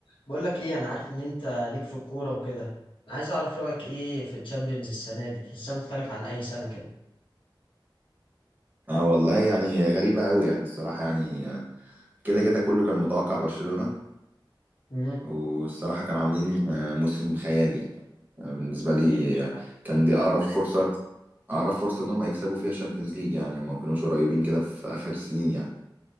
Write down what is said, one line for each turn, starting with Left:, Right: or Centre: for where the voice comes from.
Left: بقول لك ايه انا عارف ان انت ليك في الكوره وكده انا عايز اعرف رايك ايه في الشامبيونز السنه دي تحسها مختلف عن اي سنه كده
Right: اه والله يعني غريبة قوي يعني الصراحة يعني آه، كده كده كله كان متوقع برشلونة
Left: مم.
Right: والصراحة كانوا عاملين آه، موسم خيالي آه، بالنسبة
Left: حقيقة
Right: لي
Left: بصراحه
Right: آه، كان دي أقرب فرصة أقرب فرصة إن هم يكسبوا فيها الشامبيونز ليج يعني هم ما كانوش قريبين كده في آخر السنين يعني